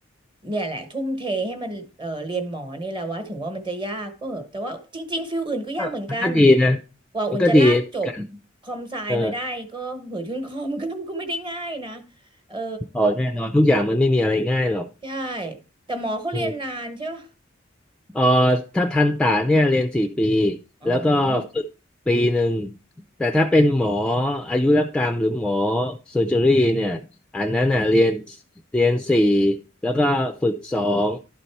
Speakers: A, on the right; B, in the centre.
A: เนี่ยแหละทุ่มเทให้มันเออเรียนหมอนี่แหละว่าถึงว่ามันจะยากก็เหอะแต่ว่าจริงๆฟิลอื่นก็ยากเหมือนกัน
B: ก็มันก็ดีนะ
A: กว่าอุ่นจะลากจบ
B: มันก็ดีกัน
A: คอมไซมาได้ก็เหือยุ่นคอมก็ก็ไม่ได้ง่ายนะ
B: เออ
A: เออ
B: ต่อแน่นอนทุกอย่างมันไม่มีอะไรง่ายหรอก
A: ใช่แต่หมอเขาเรียนนานใช่ปะ
B: เออ เอ่อถ้าทันตะเนี่ยเรียนสี่ปี
A: อ๋อ
B: แล้วก็ฝึกปีหนึ่งแต่ถ้าเป็นหมออายุรกรรมหรือหมอเซอร์เจอรี่เนี่ยอันนั้นน่ะเรียนเรียนสี่แล้วก็ฝึกสอง